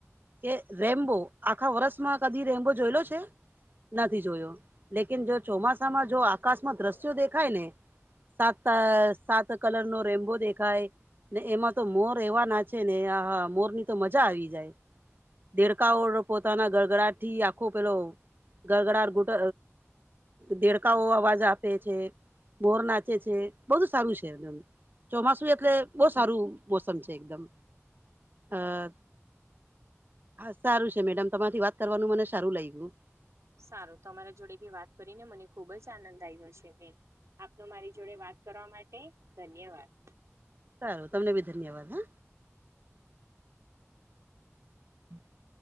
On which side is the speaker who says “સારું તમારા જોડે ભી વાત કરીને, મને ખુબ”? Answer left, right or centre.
Right